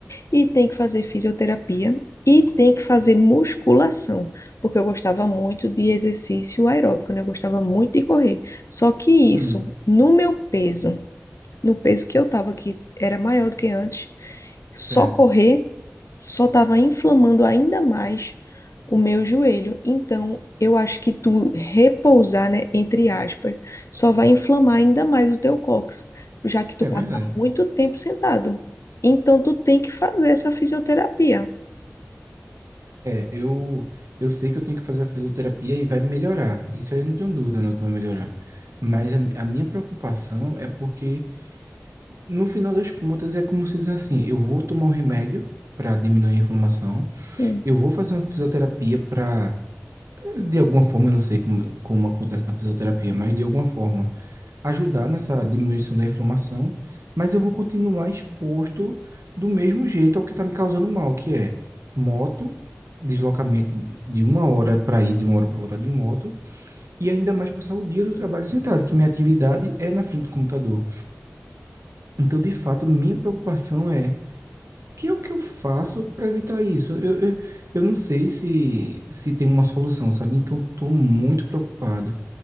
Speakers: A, on the left; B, on the right.
A: e tem que fazer fisioterapia e tem que fazer musculação, porque eu gostava muito de exercício aeróbico, né? Eu gostava muito de correr. Só que
B: hum,
A: isso, no meu peso, no peso que eu tava, que era maior do que antes, só
B: certo.
A: correr só estava inflamando ainda mais o meu joelho. Então, eu acho que tu repousar, né, entre aspas, só vai inflamar ainda mais o teu cóccix, já que tu
B: É
A: passa
B: verdade.
A: muito tempo sentado. Então, tu tem que fazer essa fisioterapia.
B: É, eu, eu sei que eu tenho que fazer a fisioterapia e vai melhorar. Isso aí eu não tenho dúvida não que vai melhorar. Mas a, a minha preocupação é porque, no final das contas, é como se diz assim: eu vou tomar um remédio para diminuir a inflamação,
A: Sim,
B: eu vou fazer uma fisioterapia para. De alguma forma, eu não sei como, como acontece na fisioterapia, mas de alguma forma ajudar nessa diminuição da inflamação, mas eu vou continuar exposto do mesmo jeito ao que está me causando mal, que é moto, deslocamento de uma hora para ir, de uma hora para voltar de moto, e ainda mais passar o dia do trabalho sentado, que minha atividade é na frente do computador. Então, de fato, minha preocupação é o que é o que eu faço para evitar isso? Eu, eu, eu não sei se, se tem uma solução, sabe? Então, estou muito preocupado.